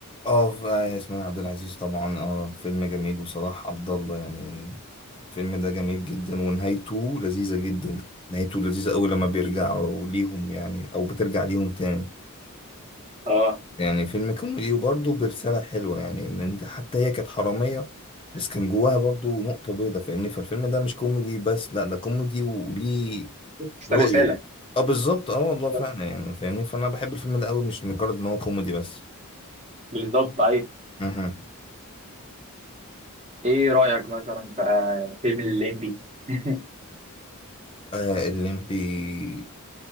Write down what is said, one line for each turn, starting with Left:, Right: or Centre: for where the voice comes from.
Left: اه ف- ياسمين عبد العزيز طبعا اه فيلم جميل وصلاح عبد الله يعني الفيلم ده جميل جدا ونهايته لذيذة جدا نهايته لذيذة أوي لما بيرجعوا ليهم يعني أو بترجع ليهم تاني
Right: اه
Left: يعني فيلم كوميدي وبرضه برسالة حلوة يعني إن أنت حتى هي كانت حرامية بس كان جواها برضه نقطة بيضة فاهمني فالفيلم ده مش كوميدي بس لأ ده كوميدي وليه
Right: بس
Left: رؤية
Right: رسالة
Left: أه بالظبط أه والله
Right: بالظبط
Left: فعلا يعني فاهمني فأنا بحب الفيلم ده أوي مش مجرد إن هو كوميدي بس
Right: بالظبط ايوه
Left: أها
Right: ايه رأيك مثلا في آه، فيلم الليمبي <laughs>
Left: آه الليمبي